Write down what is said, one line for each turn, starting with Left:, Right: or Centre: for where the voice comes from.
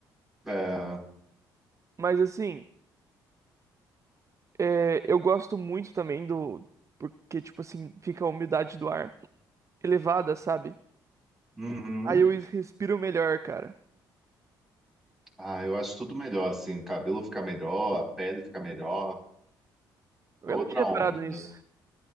Centre: É.
Right: Mas assim, é, eu gosto muito também do. Porque, tipo assim, fica a umidade do ar elevada, sabe?
Centre: Uhum.
Right: Aí eu respiro melhor, cara.
Centre: Ah, eu acho tudo melhor, assim. O cabelo fica melhor, a pele fica melhor.
Right: Eu
Centre: É outra
Right: não tinha reparado
Centre: onda.
Right: nisso.